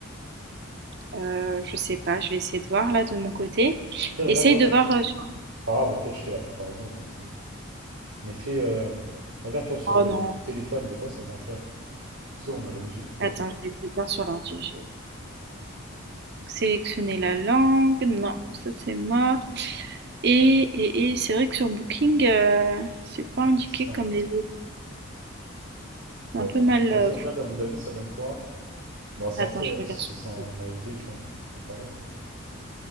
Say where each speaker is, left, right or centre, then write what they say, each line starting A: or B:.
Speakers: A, on the right (about 50°); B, on the right (about 70°).
A: Euh, je sais pas, je vais essayer de voir là de mon côté.
B: Après, regarde-toi
A: Essaye de
B: sur
A: voir
B: ton.
A: euh, sur...
B: C'est pas grave, au pire, je fais la comparaison, je m'en fous. Mais fais. euh, Regarde-toi sur
A: Oh
B: le
A: non,
B: téléphone, des fois, c'est moins cher. Tu sais, on n'a jamais su pourquoi.
A: attends, je vais essayer de voir sur l'ordi. Donc, sélectionner la langue, non, ça c'est mort. Et, et, et c'est vrai que sur Booking, euh, c'est
B: C'est
A: pas indiqué
B: un peu chiant.
A: comme
B: ouais.
A: les autres. C'est
B: Bon,
A: un peu
B: tant
A: mal.
B: pis. Vas-y,
A: euh,
B: regarde
A: fou-
B: Abu Dhabi, ça donne quoi? Bon, c'est
A: Attends,
B: après,
A: je regarde
B: si
A: sur
B: c'est en
A: Booking.
B: AED, tu vois, on peut toujours comparer. hein.